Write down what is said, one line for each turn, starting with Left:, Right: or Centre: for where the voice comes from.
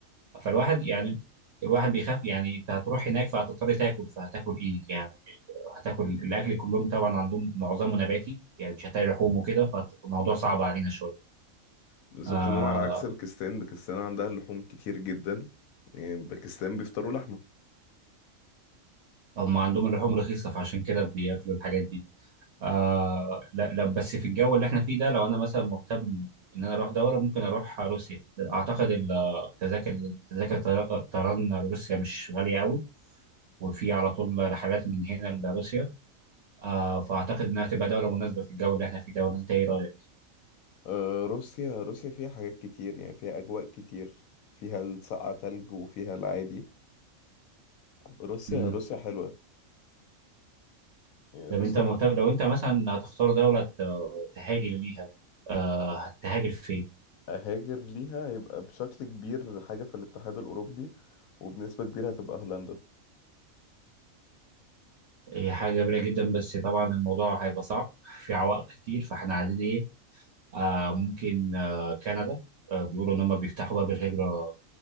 Right: فالواحد يعني الواحد بيخاف يعني انت هتروح هناك فهتضطر تاكل فهتاكل ايه يعني هتاكل الاكل كلهم طبعا عندهم معظمه نباتي يعني مش هتلاقي لحوم وكده فالموضوع صعب علينا شوية
Left: بالظبط
Right: آه،
Left: انما على عكس باكستان باكستان عندها اللحوم كتير جدا يعني باكستان بيفطروا لحمة
Right: هم عندهم اللحوم رخيصة فعشان كده بياكلوا الحاجات دي آه لا, لا بس في الجو اللي احنا فيه ده لو انا مثلا مهتم ان انا اروح دولة ممكن اروح روسيا اعتقد التذاكر تذاكر طيار- طيران لروسيا مش غالية قوي وفي على طول رحلات من هنا لروسيا آه فاعتقد انها تبقى دولة مناسبة في الجو اللي احنا فيه ده ولا انت ايه رأيك؟
Left: آه، روسيا روسيا فيها حاجات كتير يعني فيها اجواء كتير فيها السقعة تلج وفيها العادي روسيا
Right: مم.
Left: روسيا حلوة يعني
Right: طب
Left: روسيا
Right: انت مهتم
Left: حتى
Right: لو انت مثلا هتختار دولة ت- تهاجر ليها آه هتهاجر فين؟
Left: اهاجر ليها هيبقى بشكل كبير حاجة في الاتحاد الاوروبي وبنسبة كبيرة هتبقى هولندا
Right: هي حاجة جميلة جدا بس طبعا الموضوع هيبقى صعب في عوائق كتير فاحنا عايزين ايه آه ممكن آه كندا آه بيقولوا ان هم بيفتحوا باب الهجرة